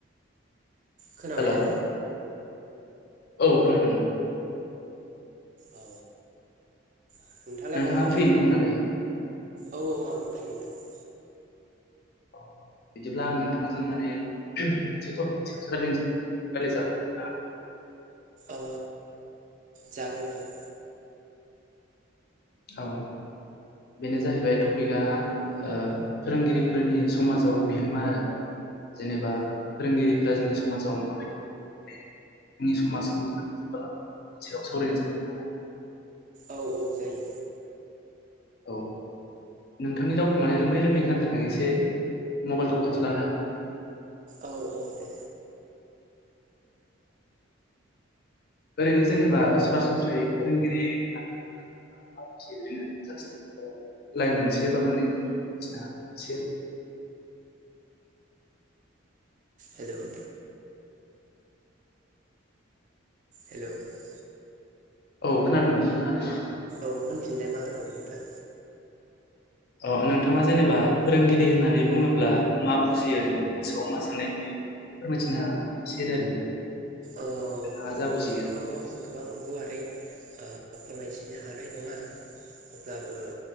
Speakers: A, on the right; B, on the left.
A: खोनाबाय
B: हेल'
A: ना
B: औ खोनादों
A: औ नोंथाङालाय
B: नोंथाङा
A: बहा दं
B: फ्रियैनो दंना दायो
A: औ औ आं फ्रियैनो दं
B: <inaudible> बिदिब्ला आं नोंथांजों माने मोनसे टपिकनि सायावसो रायजलायनो सानदोंमोन रायलायजागोन आरोना <unintelligible>
A: अ जागोन जागोन
B: औ बेनो जाहैबाय टपिकआ ओ फोरोंगिरिफोरनि समाजाव बिहोमा आरो जेनेबा फोरोंगिरिफोरा जोंनि समाजाव माबायदि जोंनि समाजखौ <unintelligible> जौगा लांनायनि सायाव सावरायनो
A: औ औ जायो
B: औ नोंथांनि रावखौ माने रोमै रोमै खोनाथारदों एसे मबाइलखौ खाथियाव लानो हागोन नामा <inaudible>
A: औ औ दे
B: ओरैनो जेनेबा सरासनस्रायै फोरोंगिरि मा मिथियो ओरैनो जास्ट ओ लाइन मोनसे बा मानै मिथिनो हागो एसे
A: हेलौ हेलौ औ
B: औ खोनादों नोंथां खोनादों
A: होनफिनलाय मा होनदोमोन नोंथां
B: ओ नोंथाङा जेनेबा फोरोंगिरि होननानै बुङोब्ला मा बुजियो ओरै गोसोआव मा साननाय फैयो फोरमायथिना हो एसे आरो नोंथाङा
A: अ औ
B: जा बुजियो
A: आंथ'
B: <inaudible>
A: गोबां गुवारै ओ फोरमायथिनो हानाय नङा अब्लाबो